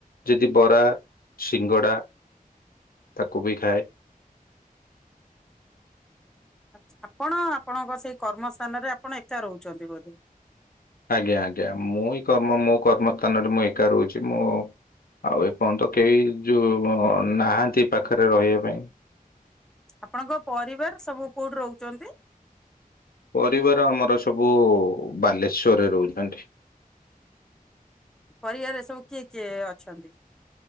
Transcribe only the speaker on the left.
ଯଦି ବରା ସିଙ୍ଗଡା ତାକୁ ବି ଖାଏ।
ଆଜ୍ଞା ଆଜ୍ଞା ମୁଁ ଇ କର୍ମ ମୋ କର୍ମସ୍ଥାନରେ ମୁଁ ଏକା ରହୁଛି ମୁଁ ଆଉ ଏପର୍ଯ୍ୟନ୍ତ କେହି ଯୋଉ ନାହାଁନ୍ତି ପାଖରେ ରହିବା ପାଇଁ।
ପରିବାର ଆମର ସବୁ ବାଲେଶ୍ଵରରେ ରହୁଛନ୍ତି।